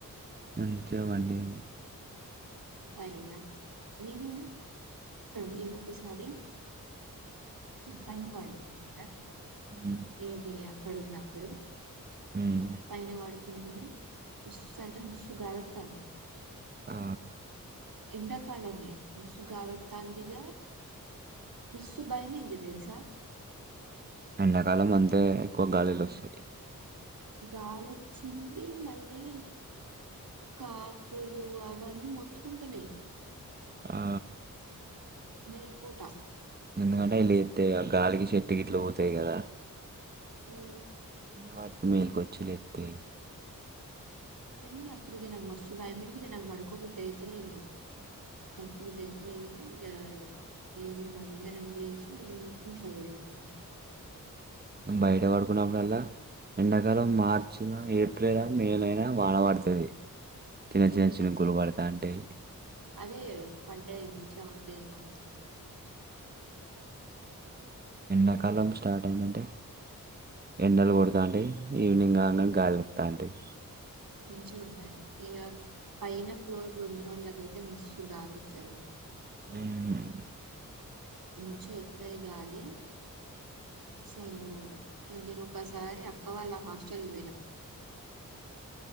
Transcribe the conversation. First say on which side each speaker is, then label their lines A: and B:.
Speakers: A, on the right; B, on the right.
A: మంచిగా పడుకొనే.
B: అయినా మేము మేము ఒకసారి. పైన పడుకోరా.
A: ఉమ్
B: ఏది అక్కడ ఉన్నప్పుడు
A: ఉమ్
B: పైన పడు. మస్తూ అంటే మస్తూ గాలి వస్తాది.
A: ఆ.
B: ఎండాకాలనే మస్తూ గాలి వస్తాంది ఇగ. మస్తూ భయం అయింది తెలుసా.
A: ఎండాకాలం అంతే ఎక్కువ గాలిలు వస్తాయి.
B: గాలి వచ్చింది మళ్ళీ. కాకులు అవన్నీ మొతుకుంటున్నాయి.
A: ఆ
B: నైట్ పూట.
A: ఎందుకంటే ఎలిగి ఇస్తాయి కదా గాలికి చెట్టు గిట్ల పోతాయి కదా.
B: హ్మ్.
A: వాటికి మేలుకొచ్చి లేస్తాయి.
B: కానీ అప్పుడు నాకు భయం అయింది నాకు పడుకో బుద్ధి అయితాలేదు ఇగ. పడుకో బుద్ధి అయితాలేదు ఇగ. మేము మే అందరం లేసి ఇంట్లో పోయినాము ఇగ.
A: నువ్వు బయట పడుకున్నప్పుడల్లా ఎండాకాలం మార్చి ఏప్రిల్ మేలైనా వాన పడుతాది. చిన్న చిన్న
B: ఎందుకు
A: చినుకులు
B: అట్లా
A: పడుతా ఉంటాయి.
B: అదే పాడయి నుంచి ఉండేది ఇగ.
A: ఎండాకాలం స్టార్ట్ అయిందంటే ఎండలు కొడుతాయి ఈవినింగ్. గాలి వస్తాటాయి.
B: మంచిగా ఉంటాయి ఇగ. పైన ఫ్లోర్లు ఉన్నోళ్ళకైతే మస్తూ గాలి వస్తాది.
A: హ్మ్
B: మంచిగా వస్తాది గాలి. అసలు నేను ఒకసారి అక్క వాళ్ళ హాస్టల్ కి పోయినా.